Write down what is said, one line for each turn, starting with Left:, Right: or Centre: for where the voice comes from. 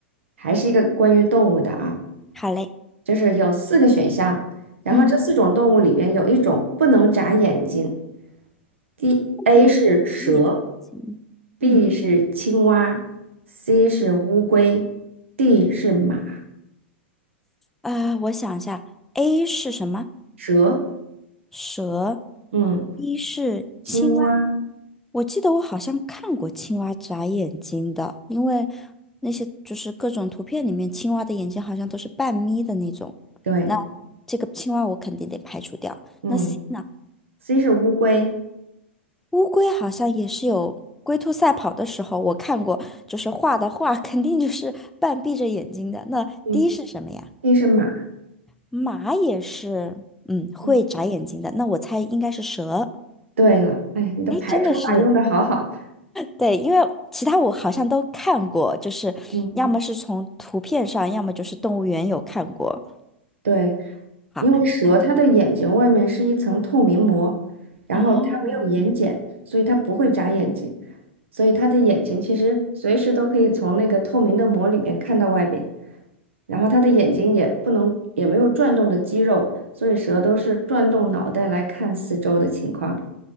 Right: 还是一个关于动物的啊，
Centre: 好嘞，
Right: 就是有四个选项，然后这四种动物里边有一种不能眨眼睛。
Centre: 嗯，
Right: D A
Centre: 嗯，
Right: 是蛇
Centre: 也行，
Right: ，B
Centre: 嗯。
Right: 是青蛙，C 是乌龟，D 是马。
Centre: 啊、我想一下，A 是什么？
Right: 蛇，
Centre: 蛇
Right: 嗯，
Centre: ，B 是青蛙。
Right: 青蛙，嗯
Centre: 我记得我好像看过青蛙眨眼睛的，因为那些就是各种图片里面青蛙的眼睛好像都是半眯的那种。
Right: 对，
Centre: 那这个青蛙我肯定得排除掉。
Right: 嗯
Centre: 那 C 呢？
Right: ，C 是乌龟，
Centre: 乌龟好像也是有龟兔赛跑的时候我看过，就是画的画 <laughs> 肯定就是半闭着眼睛的。那
Right: 嗯
Centre: D 是什么呀？
Right: ，D 是马。
Centre: 马也是，嗯，会眨眼睛的。
Right: 嗯，
Centre: 那我猜应该是蛇。
Right: 对了，哎呀，你的排除法用的好好。
Centre: 哎，真的是，对，因为其他我好像都看过，就是要么是从图片上，
Right: 嗯。
Centre: 要么就是动物园有看过。
Right: 对，
Centre: 好，
Right: 因为蛇它的眼睛外面是一层透明膜，
Centre: 那
Right: 然后它没有眼睑，
Centre: 哦，
Right: 所以它不会眨眼睛，所以它的眼睛其实随时都可以从那个透明的膜里面看到外边，然后它的眼睛也不能也没有转动的肌肉，所以蛇都是转动脑袋来看四周的情况。